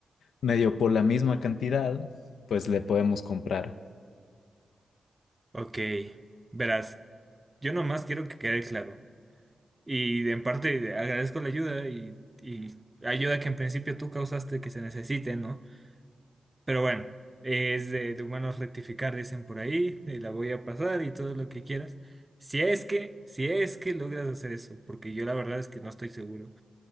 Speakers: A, on the left (about 85°); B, on the right (about 20°).
A: medio por la misma cantidad, pues le podemos comprar.
B: ok. Verás. Yo nomás quiero que quede claro. Y en parte agradezco la ayuda y, y ayuda que en principio tú causaste que se necesite, ¿no? Pero bueno, es de, de humanos rectificar, dicen por ahí, y la voy a pasar y todo lo que quieras. Si es que, si es que logras hacer eso, porque yo la verdad es que no estoy seguro.